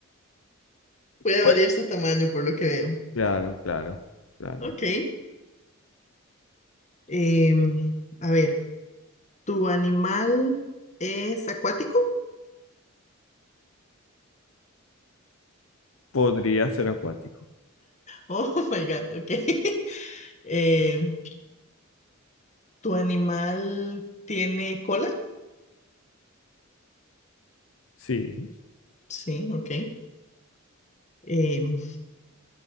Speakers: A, on the left (about 35°); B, on the left (about 75°).
A: <laughs> puede
B: pues,
A: variar su tamaño por lo que veo.
B: claro, claro, claro.
A: Ok, em, a ver, ¿tu animal es acuático?
B: Podría ser acuático.
A: Oh <laughs> my God, ok. <laughs> Em, ¿Tu animal tiene cola?
B: Sí.
A: Sí, ok. Eh, no